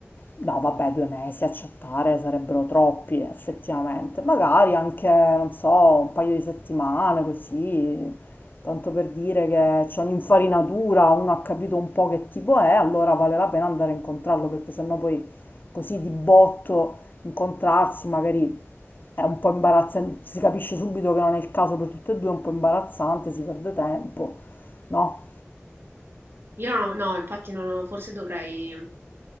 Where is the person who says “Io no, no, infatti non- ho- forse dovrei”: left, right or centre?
Right